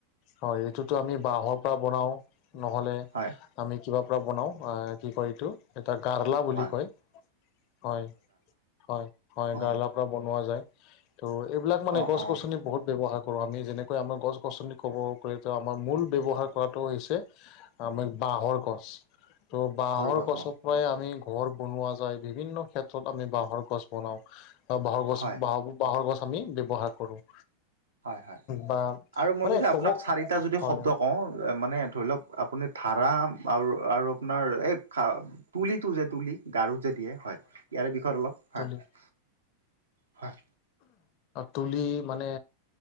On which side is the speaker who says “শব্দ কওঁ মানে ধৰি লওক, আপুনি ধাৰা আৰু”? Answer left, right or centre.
Right